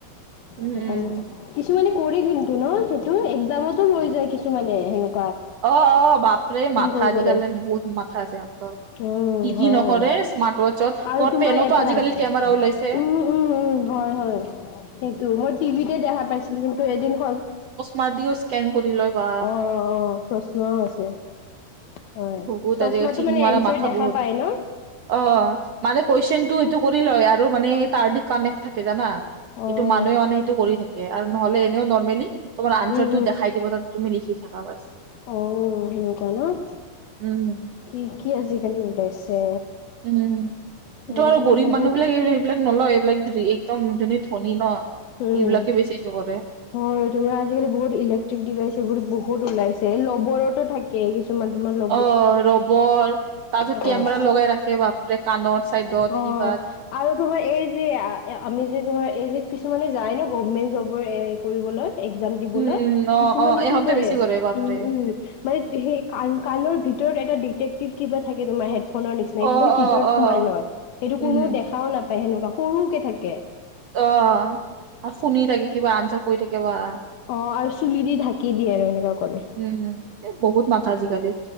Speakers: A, on the right; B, on the left.
A: উম
B: সেইকাৰণে।
A: উম
B: কিছুমানে কৰে কিন্তু ন '? সেইটো এক্সামটো লৈ যায় কিছুমানে হেনু।
A: অঁ, অঁ বাপৰে মাথা
B: কৰিবলৈ
A: আজিকালি বহুত মাথা আছে সিহঁতৰ।
B: উম
A: কি কি
B: হয়
A: নকৰে স্মাৰ্ট ৱাটচত।
B: আৰু
A: পত্
B: তোমাৰ
A: পেনটো
B: এটা
A: আজিকালি কেমেৰা ওলাইছে।
B: উম উম, উম হয় হয় সেইটো মই টিভিতহে দেখা পাইছিলো কিন্তু এদিন স
A: মাদিও স্কেন কৰি লয়। বা
B: অঁ, অঁ চশমাও আছে। হয়।
A: বহুত
B: চশমাটো
A: আজিকালি চিটিং
B: মানে
A: মাৰা
B: এনচাৰ
A: মাথা
B: দেখা
A: বহুত।
B: পায় ন?
A: অঁ, মানে কোৱেইছনটো এইটো কৰি লয় আৰু মানে তাৰ দি কানেক্ট থাকে জানা?
B: অ',
A: এইটো মানুহে মানে দি থাকে আৰু নহলে এনেও নৰ্মেলি তোমাৰ আনচাৰটো
B: উম,
A: দেখাই দিব তাত তুমি লিখি থাকা বচ।
B: অও সেইট্ এনেকুৱা ন'?
A: উম
B: কি কি আজিকালি ওলাইছে।
A: উম, এইটো
B: এ
A: আৰু
B: তোমাৰ
A: গৰীব
B: বহুত
A: মানুহ বিলাকে এই এইবিলাক নলয়। এইবিলাক যি একদম যোনে ধনী ন'
B: উম।
A: এইবিলাকে বেছি জগৰ
B: হয়, তোমাৰ আজিকালি বহুত ইলেক্ট্ৰিক ডিভাইচ এইবোৰ বহুত ওলাইছে। ৰবৰটো থাক্ কে কিছ মান তোমাৰ ৰ
A: অঁ, ৰবৰ তাৰপিছত
B: অ'।
A: কেমেৰা লগাই ৰাখে বাপৰে কানৰ চাইডত
B: অ
A: কিবাত।
B: আৰু তোমাৰ এই যে আ আমি যে তোমাৰ এই যে কিছুমানে যায় ন' গভমেণ্ট জবৰ এ কৰিবলৈ এক্সাম দিবলৈ
A: উম উম অ
B: কিছুমানে
A: অ এহঁতে
B: কি কৰে
A: বেছি বাপৰে
B: উম, উম। মানে সেই কাণ কাণৰ ভিতৰত এটা ডিটেক্টিভ কিবা থাকে তোমাৰ হেডফোনৰ নিচিনা
A: অ
B: একদম ভিতৰত
A: অ অ
B: সোমাই লয়। সেইটো
A: উম
B: কোনো দেখাও নাপাই সেনেকুৱা সৰুকে থাকে।
A: অঁ - আ শুনি থাকে কিবা আনচাৰ কৈ থাকে বা -
B: অঁ আৰু চুলি দি ঢাক্ ঢাকি দিয়ে আৰু এনেকুৱা। কৰে
A: উম, উম এ বহুত মাথা আজি-কালি।